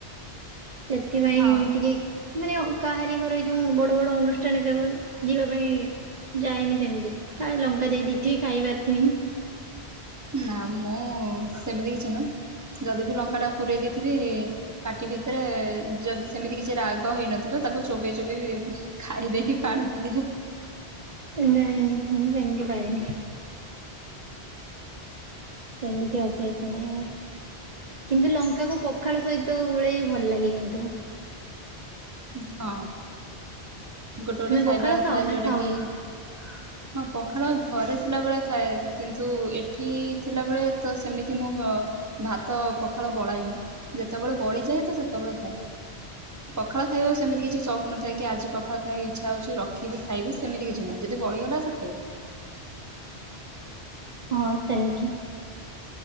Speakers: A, on the right; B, on the right.
A: ସେଥିପାଇଁ
B: ହଁ
A: ଟିକେ ମାନେ କାହାରି ଘର ଏ ଯୋଉଁ ବଡ ବଡ ଅନୁଷ୍ଠାନ କା ଘର ଯିବା ପାଇଁ ଯାଇନି ସେମିତି କାଳେ ଲଙ୍କା ଦେଇଥିବେ ଖାଇ ପାରୁଥିବିନି।
B: ନା ମୁଁ ସେମିତି କିଛି ନୁହଁ ଯଦି ବି ଲଙ୍କା ଟାକୁ ପୁରେଇ ଦେଇଥିବି ପାଟି ଭିତରେ ଯଦି ସେମିତି କିଛି ରାଗ ହେଇନଥିବ ତାକୁ ଚୋବେଇ ଚୋବେଇ ଖାଇ ଦେଇକି ପାଣିପିଏ।
A: ନାଇଁ ମୁଁ ସେମିତି ପାରେନି। ସେମିତି ଅଭ୍ୟାସ ନାହିଁ ମୋର। କିନ୍ତୁ ଲଙ୍କା କୁ ପଖାଳ ସହିତ ଗୋଳେଇ ଭଲ ଲାଗେ କିନ୍ତୁ।
B: ହଁ ଗୋଟେ ଗୋଟେ
A: ତୁମେ
B: ଖାଇବା
A: ପଖାଳ ଖାଅ
B: ଥାଏ
A: ନା
B: ଯୋଉଟା କି
A: <unintelligible>
B: ହଁ ପଖାଳ ଘରେ ଥିଲାବେଳେ ଖାଏ। କିନ୍ତୁ ଏଠି ଥିଲାବେଳେ ତ ସେମିତି ମୁଁ ଭାତ ପଖାଳ ବଳାଏନି ଯେତେବେଳେ ବଳିଯାଏ ତ ସେତେବେଳେ ଖାଏ। ପଖଳ ଖାଇବାକୁ ସେମିତି କିଛି ସଉକ୍ ନଥାଏ କି ଆଜି ପଖାଳ ଖାଇବା ଇଚ୍ଛା ହଉଛି ରଖିବି ଖାଇବି ସେମତି କିଛି ନୁହଁ ଯଦି ବଳିଗଲା ସେ ଖାଇବି।
A: ହଁ ସେମିତି।